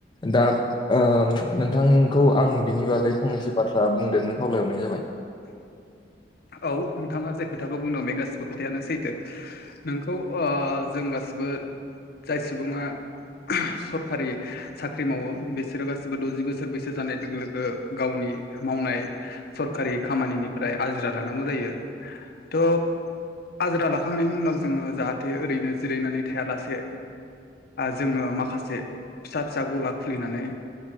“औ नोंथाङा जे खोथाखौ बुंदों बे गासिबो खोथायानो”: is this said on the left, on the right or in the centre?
Left